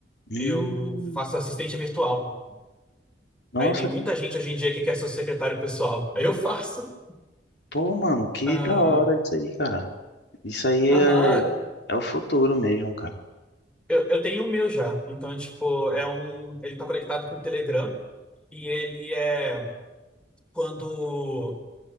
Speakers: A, on the left; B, in the centre.
A: Hum,
B: Eu faço assistente virtual.
A: nossa,
B: Aí tem muita gente hoje em dia que quer ser secretário pessoal. Aí eu faço.
A: pô, mano, que
B: Ah,
A: da hora isso aí, cara. Isso aí
B: Aham,
A: é, é o futuro mesmo, cara.
B: eu, eu tenho o meu já. Então, tipo, é um, ele tá conectado com o Telegram e ele é quando